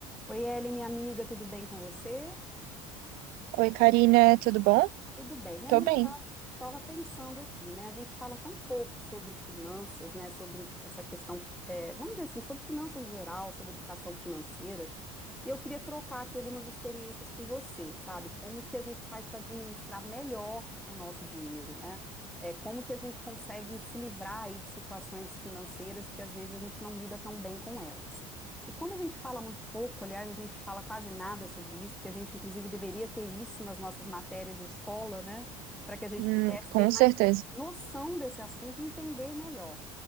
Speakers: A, in the centre; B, on the right.
A: Oi, Ellen, minha amiga, tudo bem com você?
B: Oi, Karina, tudo bom?
A: Tudo bem. Minha
B: Tô
A: amiga,
B: bem,
A: eu estava pensando aqui, né? A gente fala tão pouco sobre finanças, né? Sobre essa questão, é, vamos dizer assim, sobre finanças em geral, sobre educação financeira. E eu queria trocar aqui algumas experiências com você, sabe? Como que a gente faz para administrar melhor o nosso dinheiro, né? É, como que a gente consegue se livrar aí de situações financeiras que às vezes a gente não lida tão bem com elas. E como a gente fala muito pouco, aliás, a gente fala quase nada sobre isso, porque a gente inclusive deveria ter isso nas nossas matérias de escola, né? Para que a gente
B: Hum,
A: pudesse
B: com
A: ter mais
B: certeza.
A: noção desse assunto e entender melhor.